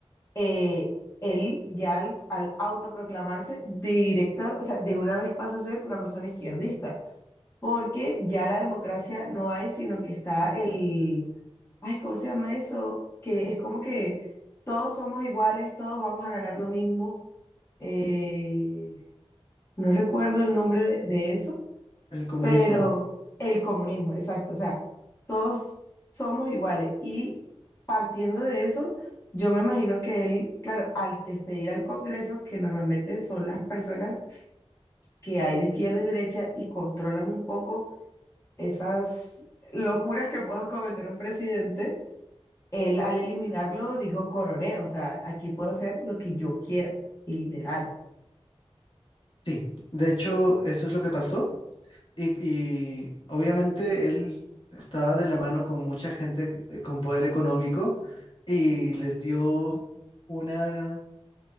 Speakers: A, on the left; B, on the left.
A: eh, él ya al, al autoproclamarse directa, o sea, de una vez pasa a ser una persona izquierdista, porque ya la democracia no hay, sino que está el, ay, ¿cómo se llama eso? Que es como que todos somos iguales, todos vamos a ganar lo mismo eh, no recuerdo el nombre de, de eso,
B: el comunismo.
A: pero el comunismo, exacto, o sea, todos somos iguales y partiendo de eso, yo me imagino que él, claro, al despedir al Congreso, que normalmente son las personas que hay de izquierda y derecha y controlan un poco esas locuras que pueda cometer un presidente, él al eliminarlo dijo coroné, o sea, aquí puedo hacer lo que yo quiera, literal.
B: Sí, de hecho, eso es lo que pasó. Y, y obviamente él estaba de la mano con mucha gente eh, con poder económico y les dio una,